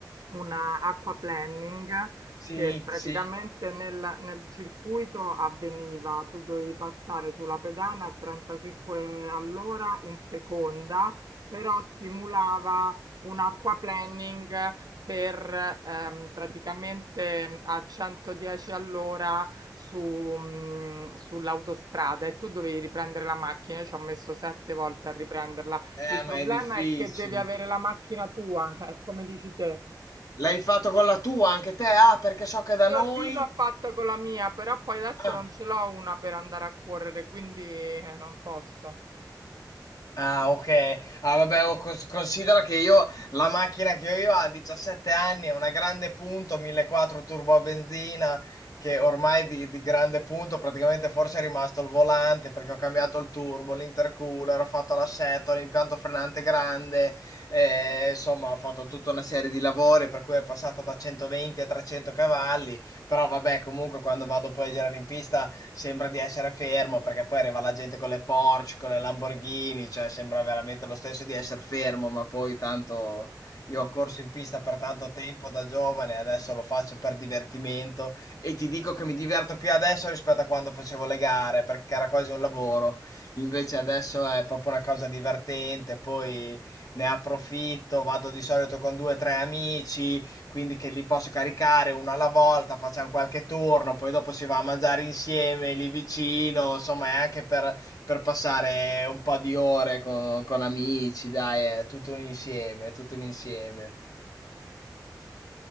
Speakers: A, on the right; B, on the left.
A: una acqua planning
B: Sì,
A: che praticamente
B: sì.
A: nel, nel circuito avveniva, tu dovevi passare sulla pedana a 35 all'ora in seconda, però simulava un aquaplaning per ehm, praticamente a 110 all'ora su, mh, sull'autostrada e tu dovevi riprendere la macchina. Io ci ho messo sette volte a riprenderla.
B: Eh,
A: Il problema
B: ma è difficile.
A: è che devi avere la macchina tua, eh, come dici te.
B: L'hai fatto con la tua anche te? Ah, perché so che da
A: Io
B: noi...
A: lì l'ho fatto con la mia, però poi adesso
B: Ah,
A: non ce l'ho una per andare a correre, quindi eh, non posso.
B: Ah, ok. Ah, vabbè, oh, cons- considera che io la macchina che ho io ha 17 anni, è una grande punto, 1.400 turbo a benzina, che ormai di, di grande punto praticamente forse è rimasto il volante perché ho cambiato il turbo, l'intercooler, ho fatto l'assetto, l'impianto frenante grande, eh, insomma, ho fatto tutta una serie di lavori per cui è passata da 120 a 300 cavalli però vabbè, comunque quando vado poi a girare in pista sembra di essere fermo perché poi arriva la gente con le Porsche, con le Lamborghini, cioè sembra veramente lo stesso di essere fermo, ma poi tanto io ho corso in pista per tanto tempo da giovane, adesso lo faccio per divertimento e ti dico che mi diverto più adesso rispetto a quando facevo le gare perché era quasi un lavoro. Invece adesso è proprio una cosa divertente, poi ne approfitto, vado di solito con due o tre amici quindi che li posso caricare uno alla volta, facciamo qualche turno, poi dopo si va a mangiare insieme lì vicino, insomma è anche per, per passare un po' di ore con, con amici, dai, è tutto un insieme, tutto un insieme.